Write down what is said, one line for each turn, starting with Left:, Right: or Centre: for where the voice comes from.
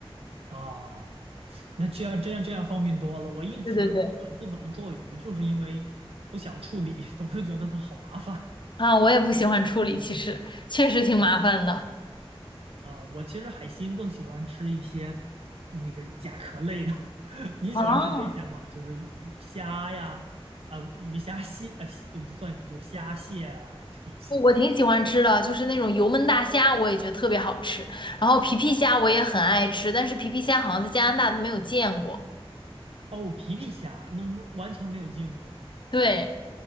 Right: 哦，那这样这样这样方便多了。我一直不怎不怎么做鱼，
Left: 对对对。
Right: 就是因为不想处理，<laughs> 总是觉得它好麻烦
Left: 啊，我也不喜欢处理，其实确实挺麻烦的。
Right: 啊。我其实海鲜更喜欢吃一些那个甲壳类的。<laughs> 你喜欢吃这些吗？
Left: 啊，
Right: 就是鱼虾呀，啊、鱼虾蟹啊、蟹不算鱼，就是虾蟹啊这些东西。
Left: 我我挺喜欢吃的，就是那种油焖大虾，我也觉得特别好吃。然后皮皮虾我也很爱吃，但是皮皮虾好像在加拿大都没有见过。
Right: 哦，皮皮虾，那完全没有见过。
Left: 对。